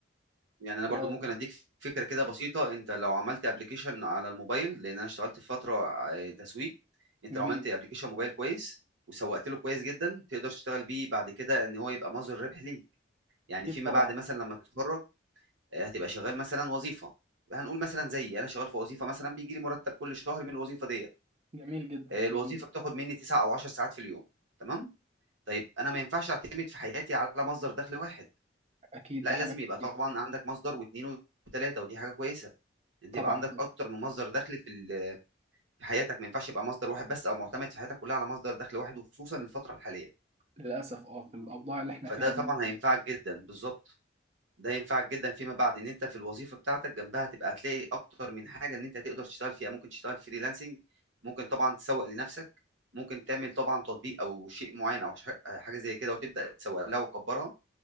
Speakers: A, on the right; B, on the right.
A: يعني انا برضو
B: آه
A: ممكن اديك فكره كده بسيطه انت لو عملت ابلكيشن على الموبايل لان انا اشتغلت في فتره آه، تسويق انت
B: جميل
A: لو عملت ابلكيشن موبايل كويس وسوقت له كويس جدا تقدر تشتغل بيه بعد كده ان هو يبقى مصدر ربح ليك يعني
B: اكيد
A: فيما
B: طبعا
A: بعد مثلا لما تتخرج آه، هتبقى شغال مثلا وظيفه هنقول مثلا زيي انا شغال في وظيفه مثلا بيجي لي مرتب كل شهر من الوظيفه ديت
B: جميل جدا
A: آه، الوظيفه
B: جميل
A: بتاخد مني 9 او 10 ساعات في اليوم تمام طيب انا ما ينفعش اعتمد في حياتي على مصدر دخل واحد
B: اكيد
A: لا
B: ده
A: لازم
B: حاجه
A: يبقى طبعا
B: أكيد.
A: عندك مصدر واثنين وثلاثه ودي حاجه كويسه انت
B: طبعا
A: يبقى عندك اكتر من مصدر دخل في ال- في حياتك ما ينفعش يبقى مصدر واحد بس او معتمد في حياتك كلها على مصدر دخل واحد وخصوصا الفتره الحاليه
B: للاسف اه في الاوضاع اللي احنا
A: فده
B: فيها
A: طبعا
B: دي
A: هينفعك جدا بالظبط ده ينفعك جدا فيما بعد ان انت في الوظيفه بتاعتك جنبها تبقى هتلاقي اكتر من حاجه ان انت تقدر تشتغل فيها ممكن تشتغل فريلانسنج ممكن طبعا تسوق لنفسك ممكن تعمل طبعا تطبيق او شيء معين او ش- حاجه زي كده وتبدا تسوق لها وتكبرها